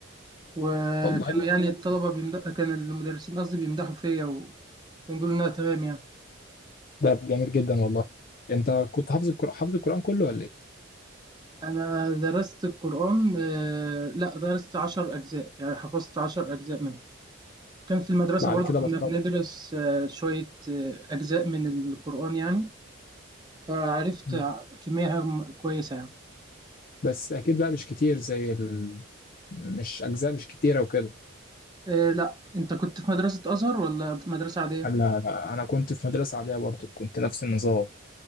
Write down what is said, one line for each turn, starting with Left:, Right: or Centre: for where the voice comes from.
Right: وكانوا
Left: والله
Right: يعني الطلبه بيمدح كان المدرسين قصدي بيمدحوا فيا ونقول انها تمام يعني
Left: ده جميل جدا والله انت كنت حافظ القرآن حافظ القرآن كله ولا ايه؟
Right: أنا درست القرآن آه، لا درست عشر أجزاء يعني حفظت عشر أجزاء منه كان في المدرسة
Left: بعد
Right: برضو
Left: كده
Right: كنا
Left: بطلت
Right: بندرس آه، شوية آه، أجزاء من القرآن يعني فعرفت
Left: مم.
Right: ع- كمية م- كويسة يعني
Left: بس اكيد بقى مش كتير زي ال... مش اجزاء مش كتيرة وكده
Right: آه، لا أنت كنت في مدرسة أزهر ولا في مدرسة عادية؟
Left: انا انا كنت في مدرسة عادية برضه كنت نفس النظام